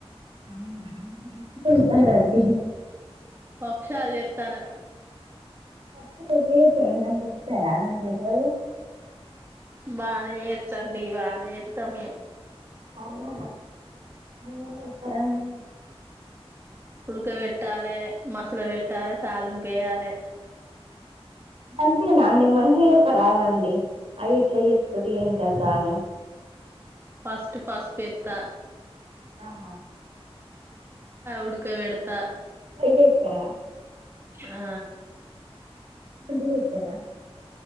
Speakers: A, on the right (about 65°); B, on the right (about 20°).
A: అవునా ఏం వండుతారండి
B: పప్పుచారు చేస్తాను
A: ఒకసారి ఎట్లా చెప్తారండి నాకు చెప్తారా నాకు తెల్వదు
B: బానే చే వచ్చు అండి బానే చెస్తాం మేము
A: ఎమైనా చేప్తర అండి
B: ఉడుకా వెట్టాలే మసాల వెట్టాలే తాలింపు ఎయ్యాలే
A: అంతేనా అండి మంచిగా చెప్పరాదాండి అవి ఎట్ల చేత్తరు ఏం కత అని
B: ఫస్ట్ పసుపు ఏత్త
A: ఆహా
B: ఉడకబెడతా
A: పొయ్యిల ఏత్తరా
B: ఆ
A: చెప్తరా